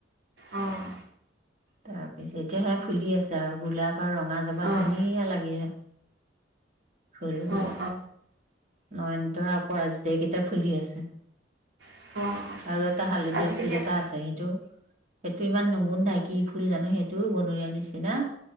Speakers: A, on the right (about 65°); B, on the right (about 40°).
A: অহঁ
B: তাৰ পিছত এতিয়া সে ফুলি আছে আৰু গোলাপ। তাৰ ৰঙা জাবা
A: অ',
B: ধুনীয়া লাগিছে। খেলো।
A: অ',
B: নয়নতৰ অপৰাজিতা এই কেইটা ফুলি আছে
A: অ', অ',
B: আৰু এটা হালধীয়া
A: আজিকালি
B: ফুল
A: অ',
B: এটা আছে সেইটো। সেইটো ইমান নগুন্ধাই কি ফুল জানো সেইটো বনৰীয়া নিচিনা